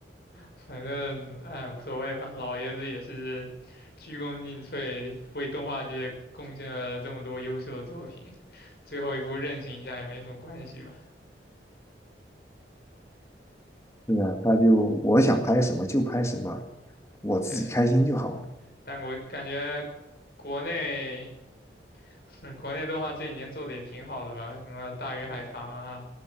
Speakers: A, on the left (about 60°); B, on the left (about 15°).
A: 反正哎，无所谓吧，老爷子也是鞠躬尽瘁，为动画界贡献了这么多优秀的作品，最后一部任性一下也没什么关系吧。
B: 是啊，他就我想拍什么就拍什么，我自己开心就好。
A: 对但我感觉国内，<laughs> 国内动画这几年做的也挺好的吧，什么《大鱼海棠》啊、